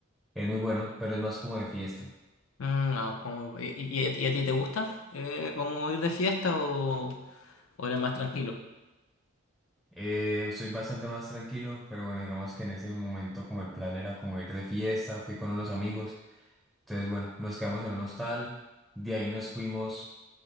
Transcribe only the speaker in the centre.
Es muy bueno, pero es más como de fiesta.
Eh, soy bastante más tranquilo, pero bueno, digamos que en ese momento como el plan era como ir de fiesta, fui con unos amigos, entonces bueno, nos quedamos en un hostal, de ahí nos fuimos